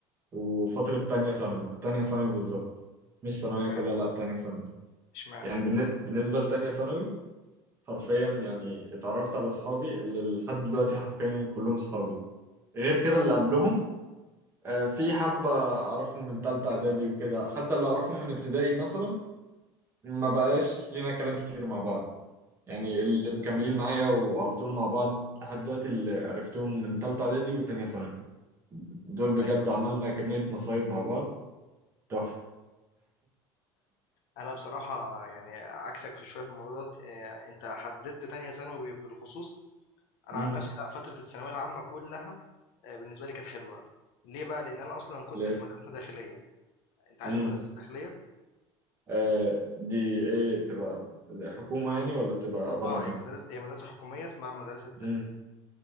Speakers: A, on the right (about 25°); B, on the left (about 75°).
A: وفتره تانية ثانوي تانية ثانوي بالظبط مش ثانويه
B: اشمعنى
A: كلها لا تانية ثانوي
B: اشمعنى
A: يعني بالن- بالنسبه لتانية ثانوي حرفيا يعني اتعرفت على اصحابي اللي لحد دلوقتي حرفيا كلهم صحابي غير كده اللي قبلهم آه، في حبة أعرفهم من تالتة إعدادي وكده حتى اللي أعرفهم من ابتدائي مثلا ما بقاش لينا كلام كتير مع بعض يعني اللي مكملين معايا وعلى طول مع بعض لحد دلوقتي اللي عرفتهم من تالتة إعدادي وتانية ثانوي دول بجد
B: ايوه
A: عملنا كمية مصايب مع بعض تحفة
B: انا بصراحه يعني عكسك في شويه في الموضوع دوت آه، انت حددت تانية ثانوي بالخصوص انا
A: مم.
B: عن نفسي لا فتره الثانويه العامه كلها آه، بالنسبه لي كانت حلوه ليه بقى لان انا اصلا كنت
A: ليه؟
B: في مدرسه داخليه انت عارف
A: مم.
B: المدرسه الداخليه
A: آه دي إيه بتبقى حكومة يعني ولا بتبقى عبارة
B: اه
A: عن
B: هي مدرسه
A: إيه؟
B: هي مدرسه حكوميه اسمها مدرسه
A: مم.